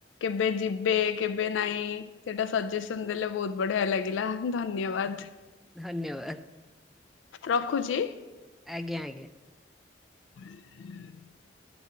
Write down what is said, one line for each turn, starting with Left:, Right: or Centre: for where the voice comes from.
Left: କେବେ ଯିବେ କେବେ ନାଇଁ ସେଇଟା ସଜେସନ ଦେଲେ ବୋହୁତ ବଢିଆ ଲାଗିଲା ଧନ୍ୟବାଦ।
Centre: ଧନ୍ୟବା
Left: ରଖୁଚି।
Centre: ଆଜ୍ଞା ଆଜ୍ଞା।
Left: <inaudible>